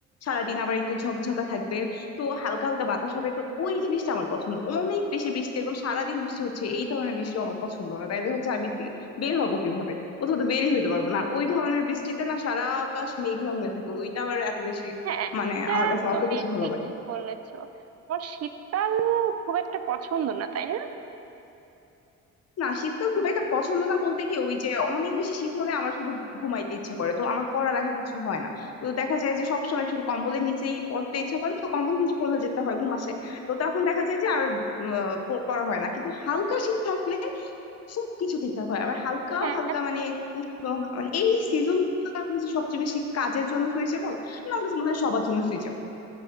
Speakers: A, on the left (about 55°); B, on the right (about 55°).
A: সারাদিন আবার একটু ঝকঝকা থাকবে তো হালকা হালকা বাতাস হবে তো ওই জিনিসটা আমার পছন্দ অনেক বেশি বৃষ্টি একদম সারাদিন বৃষ্টি হচ্ছে এই ধরনের বৃষ্টি আমার পছন্দ না তাইলে হচ্ছে আমি বি- বের হবো কিভাবে কোথাও তো বেরই হইতে পারবো না আর ওই ধরনের বৃষ্টিতে না সারা আকাশ মেঘলা হয়ে থাকে ওইটা আবার এত বেশি
B: হ্যাঁ
A: মানে
B: এটা
A: আমার কাছে
B: তুমি
A: অত বেশি ভালো
B: ঠিকই
A: লাগে না।
B: বলেছো আমার শীতকাল খুব একটা পছন্দ না তাই না
A: না শীতকাল খুব একটা পছন্দ না বলতে কি ওই যে অনেক বেশি শীত হলে আমার শুধু ঘুমাইতে ইচ্ছা করে তো আমার পড়ালেখা কিছু হয় না তো দেখা যায় যে সবসময় শুধু কম্বলের নিচেই পড়তে ইচ্ছা করে তো কম্বলের নিচে পড়লে যেতে হয় ঘুম আসে তো তখন দেখা যায় যে আর উম, আহ, প- পড়া হয় না কিন্তু হালকা শীত থাকলে সবকিছু ঠিকঠাক হয় আবার হালকা
B: হ্যাঁ
A: হালকা মানে উষ্ণ মানে এই সিজন গুলো আমার কাছে সবচেয়ে বেশি কাজের জন্য সুইচেবল না আমার কাছে মনে হয় সবার জন্য সুইচেবল